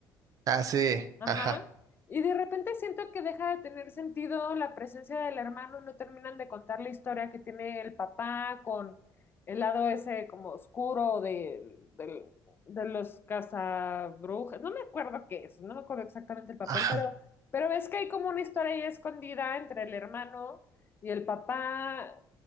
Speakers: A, on the right; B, on the left.
A: Ah, sí.
B: Ajá.
A: Ajá.
B: Y de repente siento que deja de tener sentido la presencia del hermano, no terminan de contar la historia que tiene el papá con el lado ese como oscuro de, del- de los cazabrujas. No me acuerdo qué es, no me acuerdo exactamente el papel,
A: Ajá.
B: pero, pero ves que hay como una historia ahí escondida entre el hermano y el papá